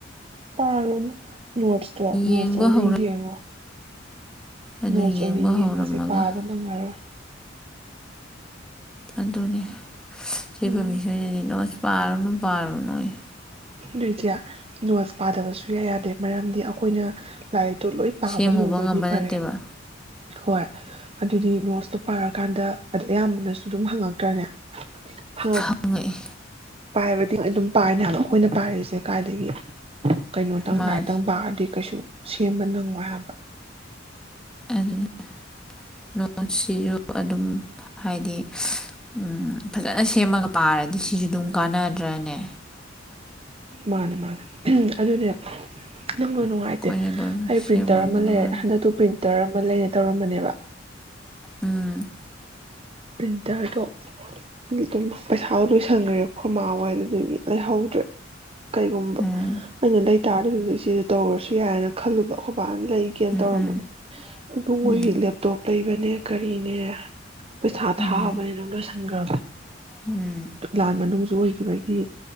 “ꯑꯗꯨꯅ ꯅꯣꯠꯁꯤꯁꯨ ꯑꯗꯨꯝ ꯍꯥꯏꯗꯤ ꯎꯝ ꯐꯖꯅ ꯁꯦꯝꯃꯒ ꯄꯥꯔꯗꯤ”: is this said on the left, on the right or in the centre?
Centre